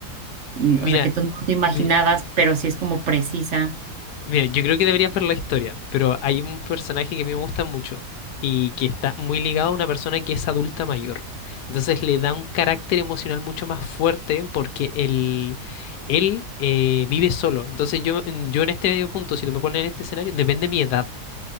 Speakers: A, on the right (about 55°); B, on the left (about 80°).
A: mm,
B: Mira,
A: o sea, que tú no te imaginabas,
B: mi-
A: pero sí es como precisa.
B: mira, yo creo que deberías ver la historia, pero hay un personaje que a mí me gusta mucho y que está muy ligado a una persona que es adulta mayor. Entonces le da un carácter emocional mucho más fuerte porque él, él eh, vive solo. Entonces yo, yo en este punto, si tú me pones en este escenario, depende de mi edad.